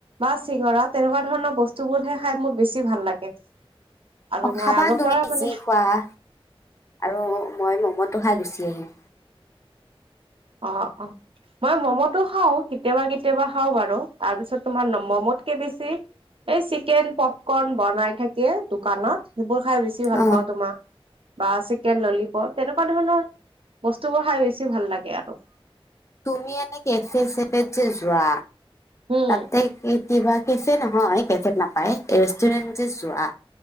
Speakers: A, on the right; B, on the left.
A: বা চিঙৰা তেনেকুৱা ধৰণৰ বস্তুবোৰহে খাই মোৰ বেছি ভাল লাগে। আৰু
B: অ'
A: মই
B: খাবা
A: আগৰ
B: তুমি
A: পৰা মানে
B: যি খোৱা আৰু মই মমতো খাই গুচি আহিম।
A: অ' অ'। মই ম'মতো খাওঁ কেতিয়াবা কেতিয়াবা খাওঁ বাৰু তাৰ পিছত তোমাৰ নম ম'মতকে বেছি। এই চিকেন পপকৰ্ন বনাই থাকে দোকানত সেইবোৰ খাই বেছি ভাল
B: অ,
A: পাওঁ তোমাক। বা চিকেন ললিপপ তেনেকুৱা ধৰণৰ বস্তুবোৰ খাই বেছি ভাল লাগে আ <inaudible>
B: তুমি এনে কেফে চেফেত যে যোৱা
A: উম,
B: তাতে কি কিবা কেফে নহয় কেফেত নাপায়, ৰেষ্টুৰেন্টে যোৱা